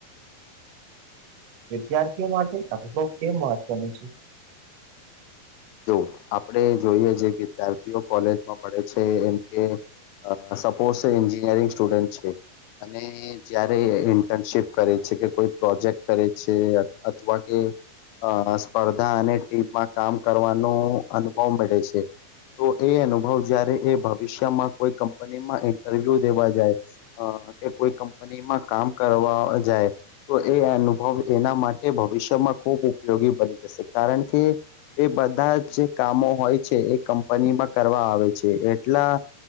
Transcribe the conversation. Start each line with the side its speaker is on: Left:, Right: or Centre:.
Right: વિદ્યાર્થીઓ માટે અનુભવ કેમ મહત્વનું છે.
Left: તો આપણે જોઈએ જે વિદ્યાર્થીઓ કોલેજમાં પડે છે એમ કે અ સપોઝ એન્જિનિયરિંગ સ્ટુડેન્ટ છે. અને જારે ઇન્ટર્નશિપ કરે છે કે કોઈ પ્રોજેક્ટ કરે છે અથવા કે અ સ્પર્ધા અને ટીમમાં કામ કરવાનો અનુભવ મળે છે. તો એ અનુભવ જયારે એ ભવિષ્યમાં કોઈ કંપનીમાં ઇન્ટરવ્યુ દેવા જાય. અ કે કોઈ કંપની માં કામ કરવા જાય. તો એ અનુભવ એના માટે ભવિષ્યમાં ખૂબ ઉપયોગી બની જશે કારણ કે એ બધા જ જે કામો હોય છે એ કંપનીમાં કરવા આવે છે. એટલા